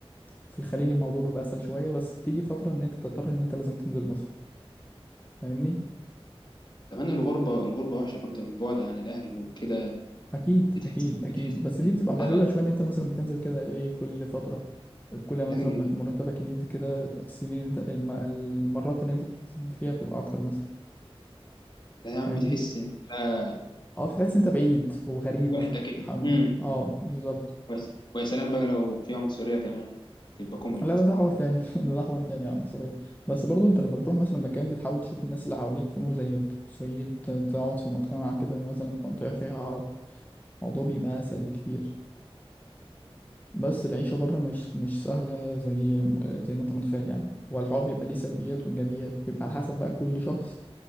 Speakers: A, on the left; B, on the left.
A: في الخليج الموضوع بيبقى اسهل شويه بس بتيجي فتره ان انت تضطر ان انت لازم تنزل مصر فاهمني
B: كمان الغربه الغربه وحشه برضه البعد عن الاهل وكده
A: اكيد
B: بتحس
A: اكيد اكيد
B: بتحس
A: بس دي
B: ان
A: بتبقى
B: انت
A: محلوله شويه ان انت مثلا بتنزل كده ايه كل فتره كل ما
B: يعني
A: مثلا ما
B: بت-
A: مرتبك يزيد كده السنين اللي انت الم... المرات اللي انت بتزيد فيها بتبقى اكتر مثلا
B: يعني
A: فاهمني
B: بتحس ان انت
A: اه تحس انت بعيد وغريب
B: وحده كده
A: حم...
B: امم
A: اه بالظبط
B: ويس- ويا سلام بقى لو في عنصريه كمان تبقى كوملت
A: لا ده ده حوار تاني <laughs> ده ده حوار تاني يعني سوري بس برضه انت لما بتروح مثلا مكان بتحاول تشوف الناس اللي حواليك يكونوا زيك سوريين ت- تقعد في مجتمع كده مثلا في منطقه فيها عرب الموضوع بيبقى اسهل بكتير بس العيشة بره مش مش سهلة زي زي ما انت متخيل يعني هو الحوار بيبقى ليه سلبيات وإيجابيات بيبقى على حسب بقى كل شخص